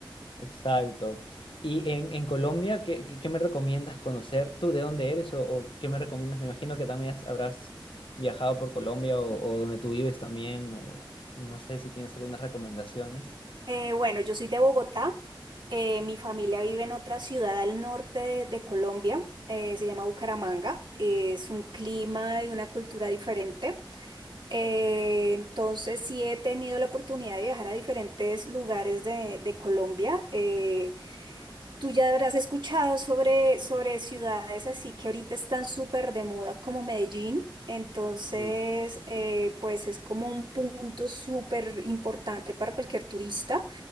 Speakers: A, on the left; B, on the right.
A: Exacto. Y en, en Colombia, ¿qué, qué, qué me recomiendas conocer? ¿Tú de dónde eres o, o qué me recomiendas? Me imagino que también has- habrás viajado por Colombia o, o donde tú vives también, o no sé si tienes algunas recomendaciones.
B: Eh, bueno, yo soy de Bogotá. Eh, mi familia vive en otra ciudad al norte de, de Colombia. eh, se llama Bucaramanga. es un clima y una cultura diferente. Eh, entonces sí he tenido la oportunidad de viajar a diferentes lugares de, de Colombia. Eh, tú ya habrás escuchado sobre, sobre ciudades así que ahorita están súper de moda como Medellín. Entonces,
A: Sí.
B: eh, pues es como un punto súper importante para cualquier turista.